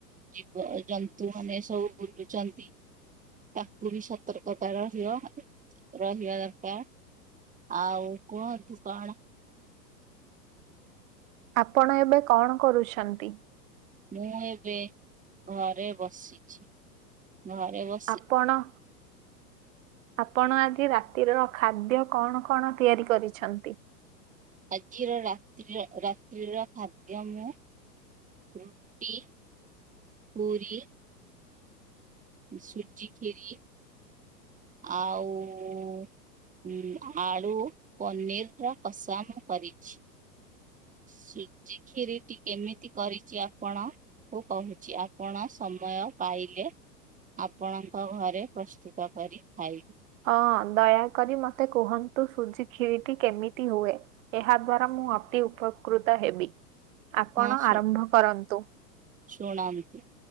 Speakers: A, on the right (about 15°); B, on the right (about 50°).
A: ଜୀବଜନ୍ତୁମାନେ ସବୁ ବୁଲୁଚନ୍ତି ତାକୁ ବି ସ ତର୍କତା ରହିବ ରହିବା ଦକା ଆଉ କୁହତୁ କଣ?
B: ଆପଣ ଏବେ କଣ କରୁଛନ୍ତି?
A: ମୁଁ ଏବେ ଘରେ ବସିଛି, ଘରେ ବ
B: ଆପଣ ଆପଣ ଆଜି ରାତିର ଖାଦ୍ୟ କଣ କଣ ତିଆରି କରିଛନ୍ତି?
A: ଆଜିର ରାତ୍ରିର ରାତ୍ରିର ଖାଦ୍ୟ ମୁଁ ରୁଟି, ପୁରି ସୁଜି କ୍ଷୀରି ଆଉ ଉଁ ଆଳୁ ପନିରର କଷା ମୁଁ କରିଛି। ସୁଜିକ୍ଷୀରିଟି କେମିତି କରିଚି ଆପଣ ଉ କହୁଚି ଆପଣ ସମୟ ପାଇଲେ ଆପଣଙ୍କ ଘରେ ପ୍ରସ୍ତୁତ କରି ଖାଇ
B: ହଁ ଦୟାକରି ମତେ କୁହନ୍ତୁ ସୁଜିକ୍ଷୀରିଟି କେମିତି ହୁଏ। ଏହା ଦ୍ଵାରା ମୁଁ ଅତି ଉପକୃତ ହେବି। ଆପଣ
A: ହଁ ଶୁ
B: ଆରମ୍ଭ କରନ୍ତୁ।
A: ଶୁଣନ୍ତୁ।